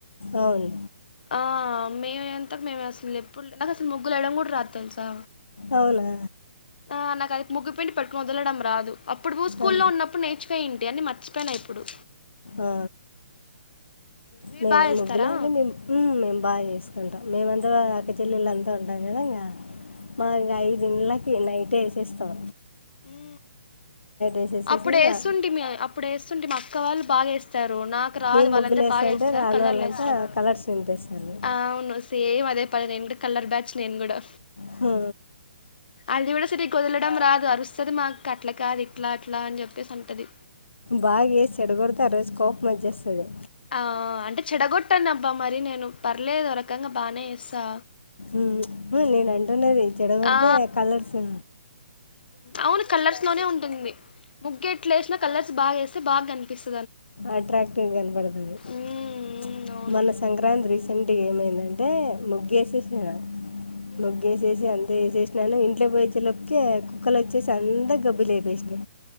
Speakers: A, on the left (about 75°); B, on the left (about 50°).
A: అవును
B: ఆ హా మేం అంతక్ మేము అసల్ ఎప్పుడు లే. నాకు అస్సలు ముగ్గుల్ ఏయడం కూడా రాద్ తెలుసా.
A: అవులే
B: ఆ నాకు అది ముగ్గు పిండి పట్టుకుని వదలడం రాదు. అప్పుడూ స్కూల్లో
A: ఆ.
B: ఉన్నప్పుడు నేర్చుకయం ఇయన్ని మర్చిపోయినా ఇప్పుడు.
A: ఆ
B: మీరు
A: మే
B: బాగా ఏస్తారా
A: ముగ్గులన్నీ మేం ఊమ్ మేము బాగా చేసు కుంటాం మేమంతా అక్క చెల్లెళ్ళు అంతా ఉంటాం గదా ఇంగా. మా ఇంకా ఐదు ఇళ్ళక్ కీ నైటే ఏసేస్తాం
B: ఊ
A: వేసేసేసి
B: అప్పుడు
A: ఇంకా
B: ఏస్తుంటిమీ అప్పుడు ఏస్తుంటిమీ మా అక్క వాళ్ళు బాగా ఏస్తారు. రు నాకు రాదు
A: మేము
B: వాళ్ళంతా
A: ముగ్గులు వేస్తుంటే
B: బాగా ఏస్తారు
A: రాని
B: కలర్లు
A: వాళ్ళంతా
B: ఏస్తం.
A: కలర్స్ నింపేస్తారు
B: ఆ అవును సేమ్ అదే పని నేను గూడా, కలర్ బ్యాచ్ నేను గూడా.
A: హూ
B: అది గూడా సరిగ్గ వదలడం రాదు అరుస్తది మా అక్క అట్లా కాదు ఇట్లా అట్లా అని చెప్పేసి అంటది.
A: బాగా వేసి చెడగొడితే ఆ రోజు కోపం వచ్చేస్తుంది
B: ఆ అంటే చెడగొట్టనబ్బా మరీ నేను పర్లేదు ఒరకంగా బాగనే చేస్తా.
A: ఊ హ్ము ప్చ్ నేను అంటున్నది చెడగొడితే
B: ఆ
A: కలర్సు.
B: అవును కలర్స్ లోనే ఉంటుంది. ముగ్గెట్లేశినా, కలర్స్ బాగా ఏస్తే బాగా కనిపిస్త్
A: అట్రాక్టివ్ కన్బడతది.
B: మ్మ్
A: ప్చ్
B: అవును
A: మొన్న సంక్రాంత్రి రీసెంట్గ ఏమైందంట్ టే ముగ్గేశేశినా,
B: మ్మ్
A: ముగ్గేశేశి అంత్ ఏశేశినాను ఇంట్లో పొయి వచ్చేలోపుకే కుక్కలొచ్చేసి అంత గబ్బు లేపేశి